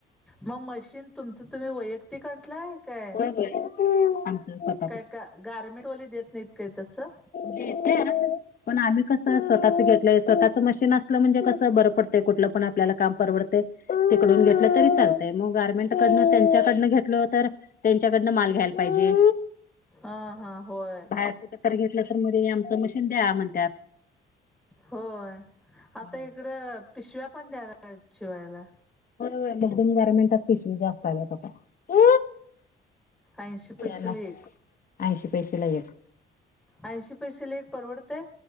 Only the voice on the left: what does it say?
आमच स्व
देत्यात पण आम्ही कसं स्वतःच घेतलंय स्वतःच मशीन असलं म्हणजे कसं बरं पडतय कुठलं पण आपल्याला काम परवडते. तिकडून घेतलं तरी चालतय मग गार्मेंट कडनं त्यांच्याकडनं घेतल तर त्यांच्याकडनं माल घ्यायल पाहिजे.
बाहेर कुठं तरी घेतलं तर मधे आमचं मशीन द्या म्हणत्यात
हम्म.
बरोबर नवीन गारमेंटात पिशवी जास्त आल्यात आता
त्यांना
ऐंशी पैशाला एक